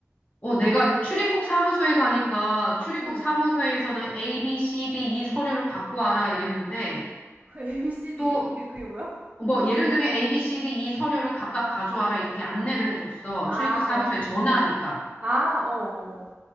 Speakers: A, on the left; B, on the right.
A: 어, 내가 출입국 사무소에 가니까 출입국
B: 응.
A: 사무소에서는 A, B, C, D, E 서류를 갖고 와라 이랬는데
B: <laughs> A, B, C, D?
A: 또
B: 그게, 그게 뭐야?
A: 뭐 예를 들면 A, B, C, D, E 서류를 각각 가져와라 이렇게 안내를 해줬어.
B: 아,
A: 출입국 사무소에
B: 어.
A: 전화하니까.
B: 아, 어, 어,